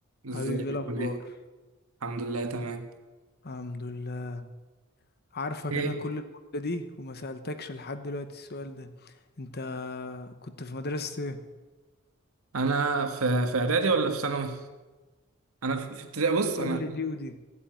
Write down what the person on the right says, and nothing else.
ازيك
عامل ايه؟ الحمد لله تمام
ايه
انا في في اعدادي ولا في ثانوي؟ انا في في ابتدائي بص
انا